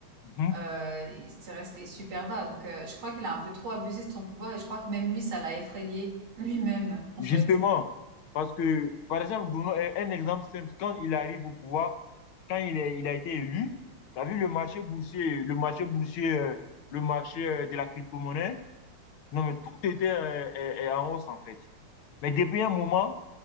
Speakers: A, on the left; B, on the right.
A: Mm-hmm.
B: euh, il- s'est resté super bas. Donc euh, je crois qu'il a un peu trop abusé de son pouvoir et je crois que même lui, ça l'a effrayé lui-même en
A: Justement,
B: fait.
A: parce que, par exemple, donnons un, un exemple simple. Quand il arrive au pouvoir, quand il est, il a été élu, tu as vu le marché boursier, le marché boursier, euh, le marché euh, de la crypto-monnaie? Non, mais tout était euh, euh, euh, en hausse, en fait. Mais depuis un moment,